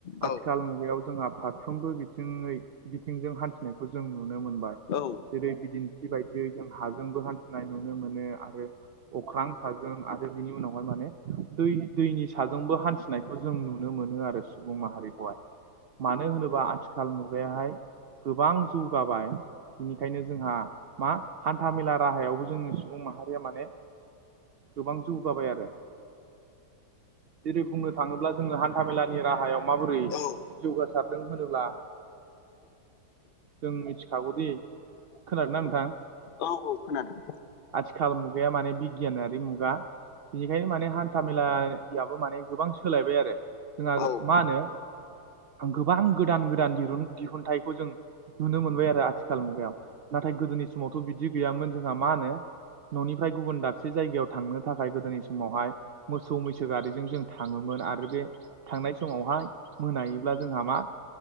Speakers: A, on the left; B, on the right.
A: औ
B: आथिखाल मुगायाव जोंहा फारफ्रोमबो बिथिङै बिथिंजों हान्थिनाय खौ जों नुनो मोनबाय।
A: औ
B: जेरै बिदिन्थि बायदियै जों हाजोंबो हान्थिनाय नुनो मोनो आरो ओ अख्रां साजों आरो बिनि उनावहाय माने दै दैनि साजोंबो हान्थिनायखौ जों नुनो मोनो आरो। सुबुं माहारिखौहाय मानो होनोबा आथिखाल मुगायाहाय गोबां जौगाबाय बिनिखायनो जोंहा मा हान्था मेला राहायावबो जोंनि सुबुं माहारि या माने गोबां जौगाबाय आरो। जेरै बुंनो थाङोब्ला जोङो हान्था मेलानि राहायाव माबोरै
A: औ
B: जौगासारदों होनोब्ला जों मिथिखागौदि खोनादोना नोंथां?
A: औ औ खोनादों
B: आथिखाल मुगाया माने बिगियानारि मुगा बिनिखायनो माने हान्था मेेलायाबो माने गोबां सोलायबाय आरो। जोंहा
A: औ
B: मा होनो गोबां गोदान-गोदान दिहुनथाइखौ जों नुनो मोनबाय आरो आथिखाल मुगायाव नाथाय गोदोनि समावथ' बिदि गैयामोन जोंहा मा होनो न'निफ्राय गुबुन दाबसे जायगायाव थांनो थाखाय गोदोनि समावहाय मोसौ मैसो गारिजों जों थाङोमोन आरो बे थांनाय समावहाय मोनायोब्ला जोंहा मा